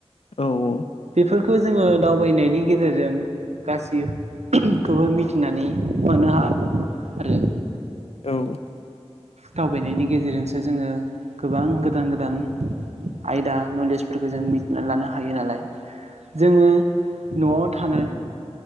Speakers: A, on the left (about 65°); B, on the right (about 80°).
A: औ औ।
B: फोरख जोङो दावबायनायनि गेजेरजों गासिखौबो मिथिनानै मोनो हाया आरो
A: औ
B: दावबायनायनि गेजेरजोंसो जोङो गोबां गोदान गोदान आयदा नलेजफोरखौ जों मिथिनानै लानो हायो नालाय जोङो न'आव थानो